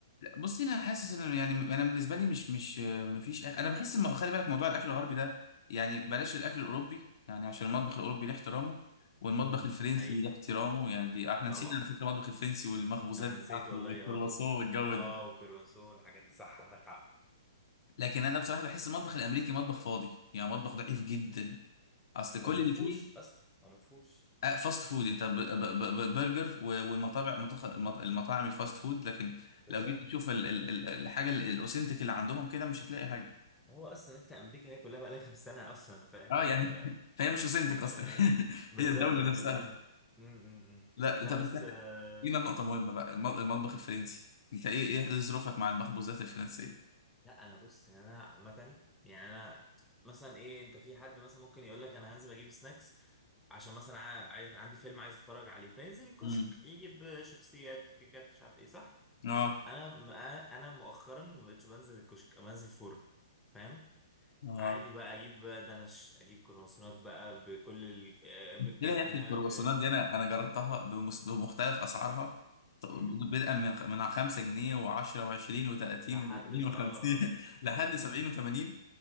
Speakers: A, on the left; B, in the centre.
A: بصي انا حاسس ان يعني انا بالنسبه لي مش مش مفيش انا بحس ان خلي بالك موضوع الاكل الغربي ده يعني بلاش الاكل الاوروبي يعني عشان المطبخ الاوروبي له احترامه والمطبخ
B: امم
A: الفرنسي
B: دي حقيقة
A: له احترامه يعني دي احنا
B: طبعا
A: نسينا على فكره المطبخ الفرنسي والمخبوزات
B: انا
A: بتاعته
B: نسيت والله
A: والكرواسون
B: اه طبعا
A: والجو
B: اه
A: ده
B: وكرواسون والحاجات دي صح عندك حق
A: لكن انا بصراحه بحس المطبخ الامريكي مطبخ فاضي يعني مطبخ ضعيف جدا اصل كل
B: هو ما
A: اللي
B: فيهوش
A: فيه
B: اصلا هو ما فيهوش
A: آه، فاست فود انت ب- ب- ب- ب- برجر و- والمطابع متخ- المط- المطاعم الفاست فود لكن
B: بالظبط
A: لو جيت تشوف ال- ال- ال- الحاجه ال- الاوثنتيك اللي عندهم كده مش هتلاقي حاجه
B: هو اصلا انت امريكا هي كلها بقى لها كام سنة اصلا فاهم
A: اه
B: ف
A: يعني
B: آه.
A: <laughs> فهي مش وسنتك اصلا
B: آه.
A: <laughs>
B: بالظبط
A: هي الدوله
B: كده لسه
A: نفسها
B: انا امم
A: لا
B: لا
A: طب
B: بس
A: انت
B: آه...
A: جينا النقطه مهمه بقى الم- المطبخ الفرنسي انت ايه ايه ظروفك مع المخبوزات الفرنسيه
B: لا انا بص يعني انا عامة يعني انا مثلا ايه انت في حد مثلا ممكن يقول لك انا هنزل اجيب سناكس عشان مثلا ع- عايز عندي فيلم عايز اتفرج عليه فينزل الكشك
A: امم
B: يجيب شيبسيات كيكات مش عارف ايه صح
A: اه
B: انا م- انا مؤخرا ما بقتش بنزل الكشك بنزل فرن فاهم
A: اه
B: عادي بقى اجيب دنش اجيب كرواسونات بقى بكل ال... آه، بالجبنه
A: لا يا اخي الكرواسونات
B: ب
A: دي انا انا جربتها بمس- بمختلف اسعارها ط-
B: مم.
A: بدءا من خ- من 5 جنيه و10 و20 و30
B: لحد
A: و40
B: في
A: و50
B: اه اه
A: <laughs> لحد
B: مم،
A: 70
B: مم،
A: و80
B: مم.